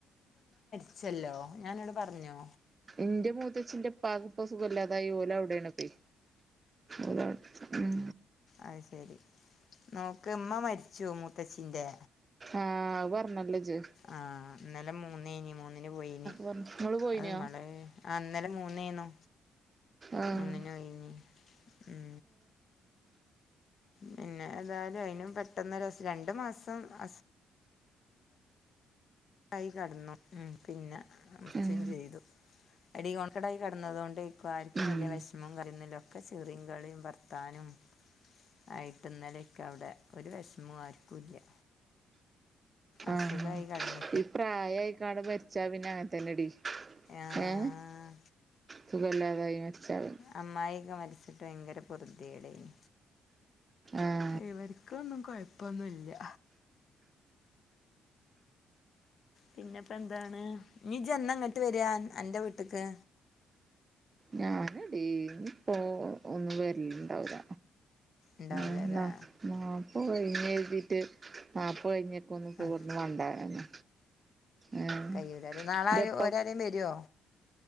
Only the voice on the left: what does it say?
ച്ചല്ലോ ഞാനന്നോട് പർഞ്ഞോ?
അയിശെരി നോക്ക് ഉമ്മ മരിച്ചു മൂത്തച്ചിന്റെ
ആഹ് ഇന്നലെ മൂന്നേന് മൂന്നിന് പോയിന്
അത് മളെ ആഹ് ഇന്നലെ മൂന്നേന്നോ
മൂന്നിനു പോയിന് ഉം പിന്നെ എതായാലും അതിനും പെട്ടെന്ന് ഒരുസം രണ്ട് മാസം ആ കൈ കടന്നു പിന്നെ മരിച്ചു
ചെയ്തു അടിൺക്കടായി കിടന്നത് കൊണ്ട് ഇരിക്കും ആർക്കും
വല്ല വിഷമം കറുന്നതിലും ഒക്കെ ച്ചിറി കളിയും വർ വത്താനും ആയിട്ട് ഇന്നലൊക്കെ അവിടെ ഒരു വിഷമം ആർക്കുംല്ല്യ അസുഖായി
കടന്ന
ആഹ്
അമ്മായി ഒക്കെ മരിച്ചിട്ട് ഭയങ്കര പോര്തെടേന്
ഇവർക്ക ഒന്നും കൊഴപ്പൊന്നുല്ല പിന്നെപ്പെന്താണ് നീ ജ് എന്നങ്ങോട്ട് വര അന്റെ വീട്ടക്ക്
ഉണ്ടാവില്ലല്ലേ
ആ
കയ്യൂലല്ലേ നാളെ ആര്
ഒരാരേലും വരുവോ